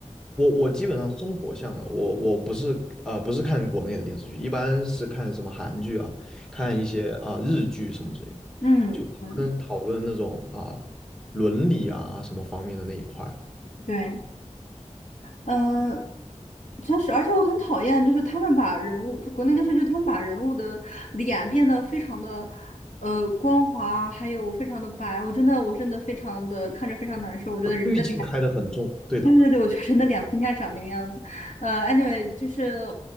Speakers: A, in the centre; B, on the left.
A: 我我基本上生活向的，我我不是呃不是看国内的电视剧，一般是看什么韩剧啊，看一些啊、日剧什么之类的，
B: 嗯嗯，
A: 就他们讨论那种啊、伦理啊什么方面的那一块儿
B: 对，呃，确实，而且我很讨厌，就是他们把人物，就国内电视剧，他们把人物的脸变得非常的呃光滑，还有非常的白，我真的我真的非常的看着非常难受，我觉得人的
A: 哦滤镜开的很重，对的。
B: 对对对，我觉得人的脸不应该长那个样子。呃，anyway，就是